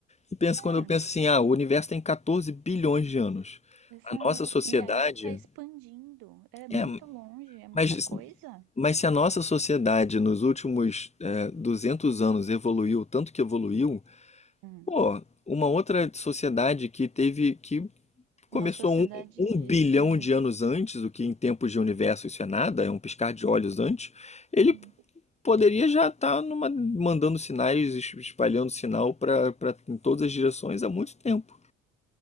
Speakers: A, on the left; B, on the right.
A: E pensa
B: Ah,
A: quando eu penso assim, ah, o universo tem 14 bilhões de anos.
B: exato.
A: A nossa sociedade
B: E ainda tá expandindo. É muito
A: é,
B: longe, é muita
A: mas
B: coisa.
A: mas se a nossa sociedade nos últimos é, 200 anos evoluiu tanto que evoluiu,
B: Hum.
A: pô, uma outra sociedade que teve que
B: uma
A: começou
B: sociedade
A: um, um bilhão
B: sem.
A: de anos antes, o que em tempos de universo isso é nada, é um piscar de olhos antes, ele
B: Hum.
A: poderia já estar numa, mandando sinais, es- espalhando sinal para em todas as direções há muito tempo.